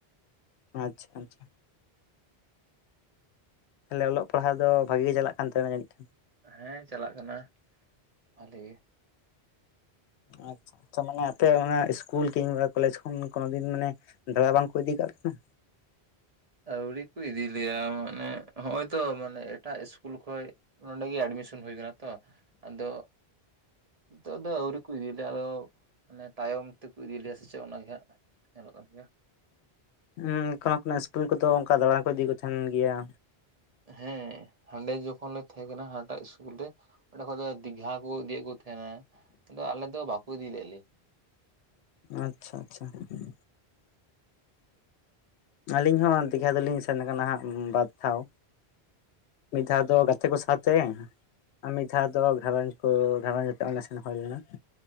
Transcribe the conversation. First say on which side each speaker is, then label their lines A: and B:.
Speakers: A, on the left; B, on the right.
A: ᱟᱪᱪᱷᱟ ᱟᱪᱪᱷᱟ ᱛᱟᱦᱚᱞᱮ ᱚᱞᱚᱜ ᱯᱟᱲᱦᱟᱣ ᱫᱚ ᱵᱷᱟᱜᱮ ᱜᱮ ᱪᱟᱞᱟᱜ ᱠᱟᱱ ᱛᱟᱵᱤᱱᱟ ᱡᱟᱹᱱᱤᱡ ᱠᱷᱟᱱ?
B: ᱦᱮᱸ ᱪᱟᱞᱟᱜ ᱠᱟᱱᱟ ᱵᱷᱟᱹᱞᱮ ᱜᱮ
A: ᱟᱪᱪᱷᱟ ᱟᱪᱪᱷᱟ ᱢᱟᱱᱮ ᱟᱯᱮ ᱚᱱᱟ ᱤᱥᱠᱩᱞ ᱠᱤᱢᱵᱟ ᱠᱚᱞᱮᱡᱽ ᱠᱷᱚᱱ ᱠᱳᱱᱚ ᱫᱤᱱ ᱢᱟᱱᱮ ᱫᱟᱬᱟ ᱵᱟᱝᱠᱚ ᱤᱫᱤ ᱠᱟᱜ ᱯᱮ? <unintelligible>
B: ᱟᱹᱣᱨᱤ ᱠᱚ ᱤᱫᱤᱞᱮᱭᱟ ᱢᱟᱱᱮ ᱦᱚᱜ ᱚᱭ ᱛᱚ ᱢᱟᱱᱮ ᱮᱴᱟᱜ ᱤᱥᱠᱩᱞ ᱠᱷᱚᱡ ᱱᱚᱰᱮᱜᱮ ᱮᱰᱢᱤᱥᱚᱱ ᱦᱩᱭ ᱠᱟᱱᱟ ᱛᱚ ᱟᱫᱚ ᱱᱤᱛᱚᱜ ᱫᱚ ᱟᱹᱣᱨᱤ ᱠᱚ ᱤᱫᱤ ᱞᱮᱭᱟ ᱟᱫᱚ ᱢᱟᱱᱮ ᱛᱟᱭᱚᱢ ᱛᱮᱠᱚ ᱤᱫᱤᱞᱮᱭᱟ ᱥᱮ ᱪᱮᱫ ᱚᱱᱟᱜᱮ ᱦᱟᱸᱜ <inaudible> ᱧᱮᱞᱚᱜ ᱠᱟᱱ ᱜᱮᱭᱟ
A: ᱩ ᱠᱳᱱᱳ ᱠᱳᱱᱳ ᱤᱥᱠᱩᱞ ᱠᱚᱫᱚ ᱚᱱᱠᱟ ᱫᱟᱬᱟ ᱠᱚ ᱤᱫᱤ ᱠᱚ ᱛᱟᱦᱮᱱ ᱜᱮᱭᱟ
B: ᱦᱮᱸ ᱦᱟᱸᱰᱮ ᱡᱚᱠᱷᱚᱱ ᱞᱮ ᱛᱟᱦᱮᱸ ᱠᱟᱱᱟ ᱦᱟᱱᱟᱴᱟᱜ ᱤᱥᱠᱩᱞ ᱨᱮ ᱚᱸᱰᱮ ᱠᱷᱚᱡ ᱫᱚ ᱫᱤᱜᱷᱟ ᱠᱚ ᱤᱫᱤᱭᱮᱫ ᱠᱚ ᱛᱟᱦᱮᱸᱱᱟ ᱟᱫᱚ ᱟᱞᱮᱫ ᱫᱚ ᱵᱟᱠᱚ ᱤᱫᱤ ᱞᱮᱫ ᱞᱮᱭᱟ
A: ᱟᱪᱪᱷᱟ ᱟᱪᱪᱷᱟ <inaudible> ᱟᱞᱤᱧ ᱦᱚᱸ ᱫᱤᱜᱷᱟ ᱫᱚᱞᱤᱧ ᱥᱮᱱ ᱠᱟᱱᱟ ᱦᱟᱸᱜ ᱵᱟᱨ ᱫᱷᱟᱣ ᱢᱤᱫ ᱫᱷᱟᱣ ᱫᱚ ᱜᱟᱛᱮ ᱠᱚ ᱥᱟᱣᱛᱮ ᱟᱨ ᱢᱤᱫ ᱫᱷᱟᱣ ᱫᱚ ᱜᱷᱟᱸᱨᱚᱸᱧᱡᱽ ᱠᱚ ᱜᱷᱟᱨᱚᱸᱡᱽ ᱟᱛᱮ ᱚᱸᱰᱮ ᱥᱮᱱ ᱦᱳᱭ ᱞᱮᱱᱟ,